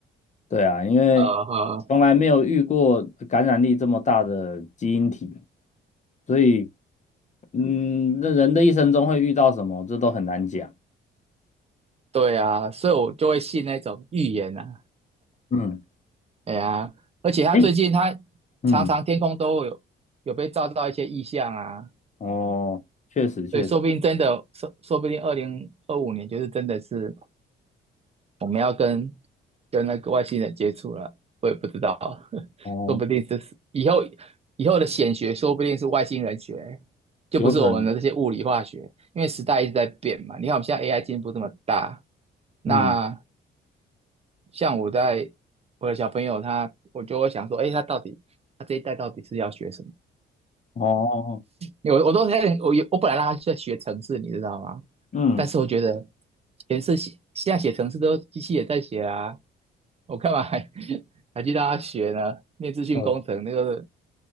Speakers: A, on the left (about 35°); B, on the right (about 30°).
A: 对啊，因为
B: 呃，呃
A: 从来没有遇过感染力这么大的基因体，所以嗯，那人的一生中会遇到什么，这都很难讲。
B: 对啊，所以我就会信那种预言啊，
A: 嗯，
B: 哎呀，而且他最近他常常天空都有有被照到一些异象啊，
A: 诶，嗯，哦，确实确实，
B: 所以说不定真的，说说不定二零二五年就是真的是我们要跟跟那个外星人接触了，我也不知道，<laughs>
A: 哦，
B: 说不定这是以后以后的显学，说不定是外星人学，就不是我们的这些物理化学，
A: 有可能，
B: 因为时代一直在变嘛。你看我们现在 AI 进步这么大，那
A: 嗯，
B: 像我在我的小朋友他，我就会想说，哎，他到底他这一代到底是要学什么？
A: 哦，
B: 因为我我都在我我本来让他在学程式，你知道吗？
A: 嗯，
B: 但是我觉得程式写现在写程式都机器也在写啊，我干嘛还 <laughs> 还去让他学呢？念资讯工程那个
A: 呃，